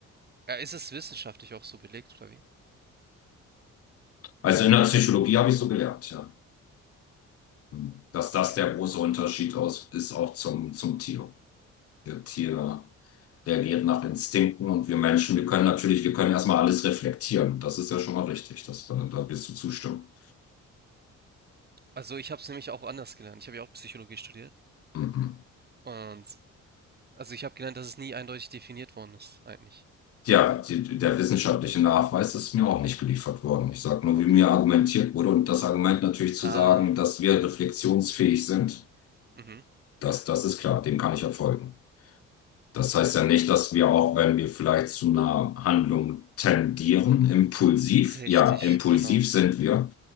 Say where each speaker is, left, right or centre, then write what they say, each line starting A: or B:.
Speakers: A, on the right; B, on the left.
A: Ja, ist es wissenschaftlich auch so belegt oder wie?
B: Also in der Psychologie habe ich so gelernt, ja. Hm. Dass das
A: Okay.
B: der große Unterschied aus, ist auch zum, zum Tier. Der Tier. reagiert nach Instinkten und wir Menschen, wir können natürlich, wir können erstmal alles reflektieren. Das ist ja schon mal richtig, das, da, da wirst du zustimmen.
A: Also ich habe es nämlich auch anders gelernt. Ich habe ja auch Psychologie studiert.
B: Mhm.
A: Und also ich habe gelernt, dass es nie eindeutig definiert worden ist, eigentlich.
B: Ja, die, der wissenschaftliche Nachweis ist mir auch nicht geliefert worden. Ich sage nur,
A: Okay.
B: wie mir argumentiert wurde und das Argument natürlich zu
A: Ah,
B: sagen, dass wir reflexionsfähig sind,
A: mhm.
B: das, das ist klar, dem kann ich ja folgen. Das heißt ja nicht, dass wir auch, wenn wir vielleicht zu einer Handlung tendieren, impulsiv,
A: Richtig,
B: ja, impulsiv
A: genau.
B: sind wir,